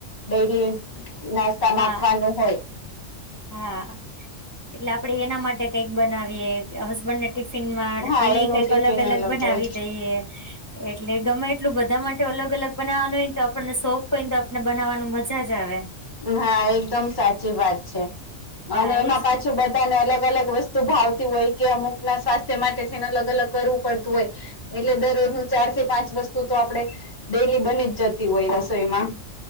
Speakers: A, on the left; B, on the left.
A: ડેલી નાસ્તામાં
B: હા
A: આપવાનું હોય.
B: હા એટલે આપડે એના માટે કઈક બનાવીએ કે હસબન્ડને ટિફિનમાં
A: હા
B: એનેયે
A: એનું
B: કંઈક
A: ટિફિન
B: અલગ અલગ બનાવી
A: હોય
B: દઈએ. એટલે ગમે એટલું બધા માટે અલગ અલગ બનાવવાનું હોય ને તો આપણને શોખ હોય ને તો આપણને બનાવવાનું મઝા જ આવે.
A: હા એકદમ સાચી વાત છે
B: હા
A: અને એમાં
B: એજ
A: પાછું
B: ને.
A: બધું તેને અલગ અલગ વસ્તુ ભાવતી હોય કે અમુક ના સ્વાસ્થ્ય માટે થઈને અલગ અલગ કરવું પડતું હોય એટલે દરોજનું ચારથી પાંચ વસ્તુ તો આપડે ડેલી બની જ જતી હોય રસોઈમાં